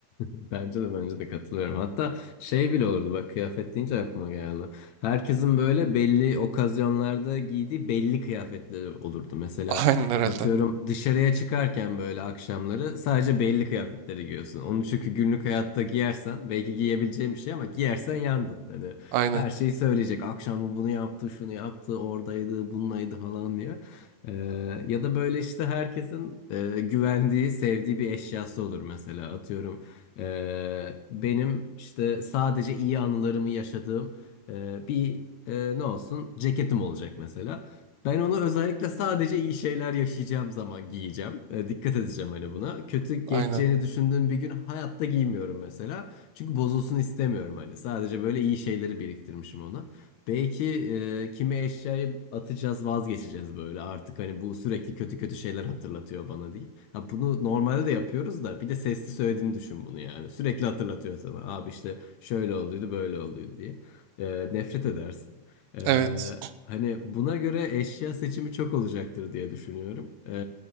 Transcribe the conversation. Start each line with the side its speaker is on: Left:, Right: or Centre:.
Left: Bence de bence de katılıyorum. Hatta şey bile olurdu bak kıyafet deyince aklıma geldi. Herkesin böyle belli okazyonlarda giydiği belli kıyafetleri olurdu. Mesela
Right: Aynen herhalde.
Left: atıyorum dışarıya çıkarken böyle akşamları sadece belli kıyafetleri giyiyorsun. Onu çünkü günlük hayatta giyersen belki giyebileceğin bir şey ama giyersen yandın. Hani
Right: Aynen.
Left: her şeyi söyleyecek. Akşam bu bunu yaptı, şunu yaptı, oradaydı, bununlaydı falan diye. Ee, ya da böyle işte herkesin e, güvendiği, sevdiği bir eşyası olur mesela. Atıyorum ee, benim işte sadece iyi anılarımı yaşadığım e, bir e, ne olsun ceketim olacak mesela. Ben onu özellikle sadece iyi şeyler yaşayacağım zaman giyeceğim. E, dikkat edeceğim hani buna. Kötü geçeceğini
Right: Aynen.
Left: düşündüğüm bir gün hayatta giymiyorum mesela. Çünkü bozulsun istemiyorum hani. Sadece böyle iyi şeyleri biriktirmişim ona. Belki e, kimi eşyayı atacağız, vazgeçeceğiz böyle artık hani bu sürekli kötü kötü şeyler hatırlatıyor bana deyip. Ha bunu normalde de yapıyoruz da bir de sesli söylediğini düşün bunu yani. Sürekli hatırlatıyor sana. Abi işte şöyle olduydu, böyle olduydu diye. E, nefret edersin. E,
Right: Evet.
Left: hani buna göre eşya seçimi çok olacaktır diye düşünüyorum. E,